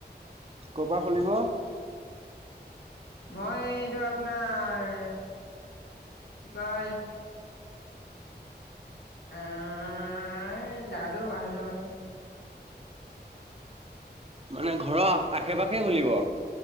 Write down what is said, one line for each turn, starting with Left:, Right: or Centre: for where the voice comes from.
Right: ক পৰা খুলিব?
Left: মই এইটো আপোনাৰ কি কয় এ এই জোগাটো বাহিৰ ম নহয়
Right: মানে ঘৰৰ আশে পাশে খুলিব